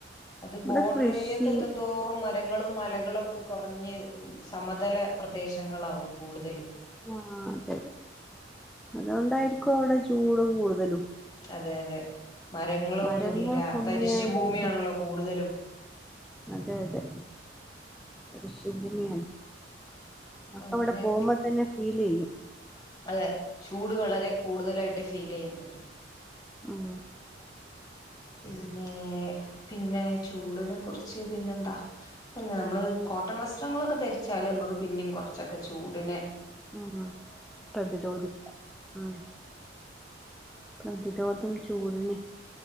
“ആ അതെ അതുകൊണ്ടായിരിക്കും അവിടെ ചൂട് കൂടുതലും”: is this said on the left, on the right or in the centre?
Centre